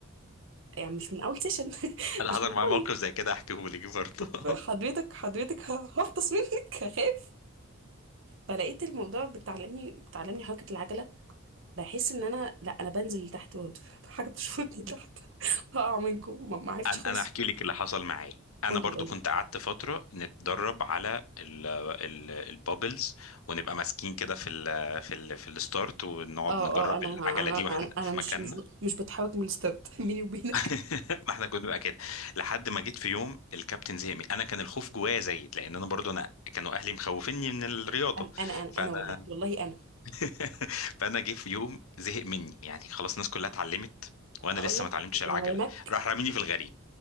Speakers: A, on the right (about 60°); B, on the left (about 75°).
A: يعني مش من اول سيشن <laughs>
B: انا
A: مش
B: حضر
A: من
B: معايا
A: اول
B: موقف زي كده احكيه لك برضه <laughs>
A: حضرتك حضرتك ه- هفطس منك هخاف فلقيت الموضوع بتعلمني بتعلمني حركة العجلة بحس ان انا لا انا بنزل لتحت برضه <laughs> حاجة بتشفطني تحت <laughs> هقع منكم ما ما عرفتش
B: انا
A: خالص
B: انا احكي لك اللي حصل معايا انا
A: قولي
B: برضو
A: قولي
B: كنت قعدت فتره نتدرب على ال ال البابلز ونبقى ماسكين كده في ال في ال في الستارت ونقعد
A: اه
B: نجرب
A: اه انا
B: العجله دي واحنا
A: انا انا
B: في
A: مش
B: مكاننا
A: مش مش بتحرك من الستارت <laughs> بيني وبينك
B: <laughs> ما احنا كنا بنبقى كده لحد ما جيت في يوم الكابتن زهق مني. انا كان الخوف جوايا زايد لان انا برضو انا كانوا اهلي مخوفيني من الرياضه
A: انا انا انا
B: فانا
A: أنا والله والله انا
B: <laughs> فانا جه في يوم زهق مني يعني خلاص الناس كلها اتعلمت وانا
A: هقول
B: لسه
A: لك
B: ما اتعلمتش العجله
A: هو رماك
B: راح راميني في الغريق